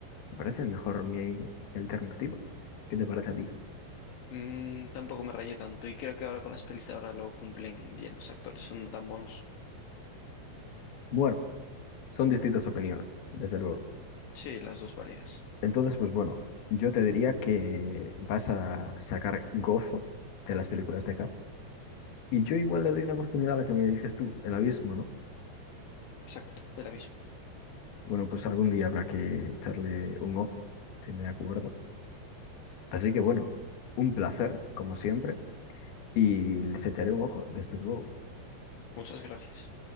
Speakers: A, on the left (about 60°); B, on the left (about 75°).
A: parece mejor mi alternativa. ¿Qué te parece a ti?
B: Mm, tampoco me rayé tanto y creo que ahora con las pelis de ahora lo cumplen bien los actores, son tan buenos.
A: Bueno, son distintas opiniones, desde luego.
B: Sí, las dos válidas.
A: Entonces, pues bueno, yo te diría que vas a sacar gozo de las películas de Cars. Y yo igual le doy una oportunidad a la que me dices tú, el abismo, ¿no?
B: Exacto, el abismo.
A: Bueno, pues algún día habrá que echarle un ojo, si me acuerdo. Así que bueno, un placer, como siempre, y les echaré un ojo, desde luego.
B: Muchas gracias.